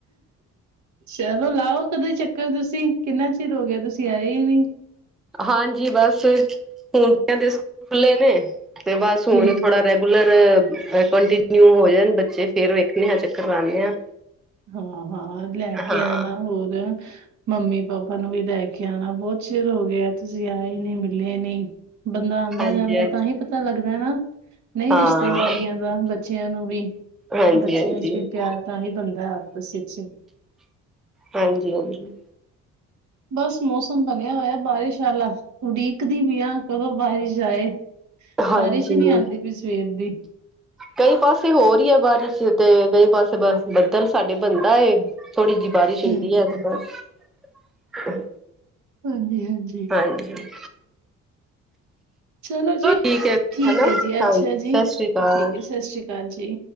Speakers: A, on the right; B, in the centre.
A: ਚਲੋ ਲਾਓ ਕਦੇ ਚੱਕਰ। ਕ ਤੁਸੀਂ ਕਿੰਨਾ ਚਿਰ ਹੋ ਗਿਆ ਤੁਸੀਂ ਆਏ ਹੀ ਨੀ।
B: ਹਾਂਜੀ ਬਸ ਹੁਣ ਸਕੂਲ ਖੁੱਲ੍ਹੇ ਨੇ ਤੇ ਬਸ ਹੁਣ
A: ਹੂੰ।
B: ਥੋੜਾ ਰ ਲਰ ਕੰਟੀਨਿਊ ਹੋ ਜਾਣ ਬੱਚੇ ਫੇਰ ਵੇਖਨੇ ਆਂ ਚੱਕਰ ਲਾਨੇ ਆ।
A: ਹਾਂ ਹਾਂ ਲੈ ਕੇ
B: ਹਾਂ
A: ਆਣਾ ਹੋਰ। ਮੰਮੀ ਪਾਪਾ ਨੂੰ ਵੀ ਲੈ ਕੇ ਆਣਾ ਬੋਤ ਚਿਰ ਹੋ ਗਿਆ ਤੁਸੀਂ ਆਏ ਹੀ ਨੀ ਮਿਲੇ ਨੀ। ਬੰਦਾ ਆਂਦਾ
B: ਹਾਂਜੀ
A: ਜਾਂਦਾ
B: ਹਾਂਜੀ
A: ਤਾਂ ਹੀ ਪਤਾ ਲੱਗਦਾ ਨਾ। ਨਈ
B: ਹਾਂ
A: ਰਿਸ਼ਤੇਦਾਰੀਆਂ ਦਾ ਬੱਚਿਆਂ ਨੂੰ ਵੀ
B: ਹਾਂਜੀ
A: ਬੱਚਿਆਂ
B: ਹਾਂਜੀ ਹਾਂਜੀ
A: ਚ ਵੀ ਪਿਆਰ ਤਾਂ ਹੀ ਬਣਦਾ ਆਪਸ ਵਿੱਚ।
B: ਹਾਂਜੀ ਹਾਂਜੀ।
A: ਬਸ ਮੌਸਮ ਬਣਿਆ ਹੋਇਆ ਬਾਰਿਸ਼ ਆਲਾ ਉਡੀਕਦੀ ਪਈ ਆ ਕਦੋਂ ਬਾਰਿਸ਼ ਆਏ।
B: ਹਾਂਜੀ
A: ਬਾਰਿਸ਼ ਹੀ ਨੀ ਆਂਦੀ ਪਈ ਸਵੇਰ ਦੀ।
B: ਕਈ ਪਾਸੇ ਹੋ ਰੀ ਆ ਬਾਰਿਸ਼ ਤੇ ਕਈ ਪਾਸੇ ਬਸ ਬੱਦਲ ਸਾਡੇ ਬਣਦਾ ਏ। ਥੋੜ੍ਹੀ ਜੀ ਬਾਰਿਸ਼ ਹੋਦੀ
A: ਹੂੰ
B: ਹੈ ਤੇ ਬਸ।
A: ਹਾਂਜੀ ਹਾਂਜੀ।
B: ਹਾਂਜੀ।
A: ਚਲੋ ਜੀ
B: ਠੀਕ ਹੈ
A: ਠੀਕ
B: ਹਨਾ
A: ਹੈ ਜੀ ਅੱਛਾ
B: ਹਾਂਜੀ ਸਤਿ
A: ਜੀ
B: ਸ੍ਰੀ ਅਕਾਲ
A: ਠੀਕ ਹੈ ਸਤਿ ਸ਼੍ਰੀ ਅਕਾਲ ਜੀ।